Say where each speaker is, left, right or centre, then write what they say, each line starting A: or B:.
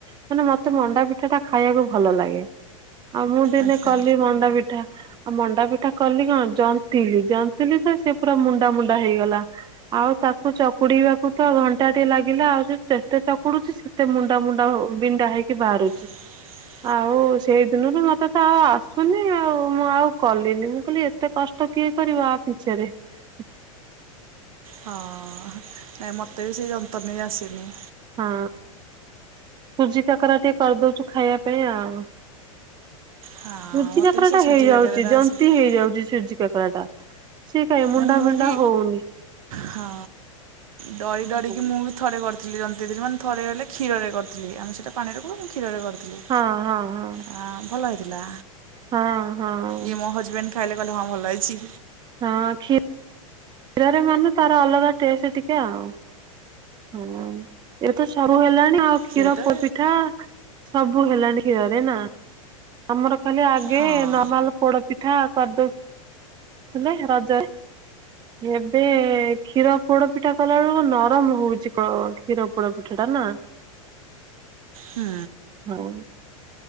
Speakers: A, on the right (about 25°); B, on the right (about 75°).
A: ମାନେ ମତେ ମଣ୍ଡା ପିଠା ଟା ଖାଇବାକୁ ଭଲ ଲାଗେ। ଆଉ ମୁଁ ଦିନେ
B: ଆଚ୍ଛା
A: କଲି ମଣ୍ଡା ପିଠା ଆଉ ମଣ୍ଡା ପିଠା କଲି କଣ ଜନ୍ତିଲି, ଜନ୍ତିଲି ତ ସେ ପୁରା ମୁଣ୍ଡା ମୁଣ୍ଡା ହେଇଗଲା। ଆଉ ତାକୁ ଚ କୁଡ଼ିବାକୁ ତ ଘଣ୍ଟାଟେ ଲାଗିଲା ଆଉ ଯେତେ ଚକୁଡୁଛି ସେତେ ମୁଣ୍ଡା ମୁଣ୍ଡା ହୋ ବିଣ୍ଡା ହେଇକି ବାହାରୁଛି।
B: <inaudible>
A: ଆଉ ସେଇ ଦିନଠୁ ମୋତେ ତ ଆଉ ଆସୁନି ଆଉ ମୁଁ ଆଉ କଲିନି ମୁଁ କହିଲି ଏତେ କଷ୍ଟ କିଏ କରିବ ଆ ପିଛାରେ। <inaudible>
B: ହଁ ନାଇଁ ମୋତେ ବି ସେଇ ଜନ୍ତ ଦେଇ ଆସିନି।
A: ହଁ। ସୁଜି କାକରା ଟିକେ କରିଦଉଛୁ ଖାଇବା ପାଇଁ ଆଉ।
B: ହଁ
A: ସୁଜି
B: ମୋତେ
A: କାକରା
B: ବି ସେ
A: ଟା
B: ସୁଜି
A: ହେଇଯାଉଛି
B: କାକରାଟା
A: ଜନ୍ତି
B: ଆସିଛି
A: ହେଇଯାଉଛି ସୁଜି କାକରା ଟା। ସେ କାଇଁ ମୁଣ୍ଡା
B: ନା ମୁଁ
A: ବିଣ୍ଡା
B: ବି
A: ହଉନି।
B: ହଁ ଡରି ଡରି
A: ହଁ
B: କି ମୁଁ ବି ଥରେ କରିଥିଲି ଜନ୍ତିଥିଲି ମାନେ ଥରେ ହେଲେ କ୍ଷୀରରେ କରିଥିଲି ଆମେ ସେଇଟା ପାଣିରେ ହୁଏ ମୁଁ କ୍ଷୀରରେ କରିଥିଲି।
A: ହଁ ହଁ ହଁ
B: ଆ ଭଲ ହେଇଥିଲା।
A: ହଁ ହଁ
B: ଇଏ ମୋ ହଜବେଣ୍ଡ ଖାଇଲେ କହିଲେ ହଁ ଭଲ ହେଇଛି।
A: ହଁ ଖି କ୍ଷୀରରେ ମାନେ ତାର ଅଲଗା ଟେଷ୍ଟ ଟିକେ ଆଉ। ହଁ ଏବେ ତ ସବୁ ହେଲାଣି ଆଉ କ୍ଷୀର
B: ସେଇଟା
A: ପୋ ପିଠା ସବୁ ହେଲାଣି କ୍ଷୀରରେ ନା ଆମର ଖାଲି ଆଗେ
B: ହଁ
A: ନବା ପୋଡ ପିଠା କରିଦଉ ଥିଲେ ରଜରେ ଏବେ କ୍ଷୀର ପୋଡ ପି ପିଠା କଲା ବେଳକୁ ନରମ ହଉଚି କ କ୍ଷୀର ପୋଡ ପିଠା ଟା ନା।
B: ହୁଁ।
A: ହଁ।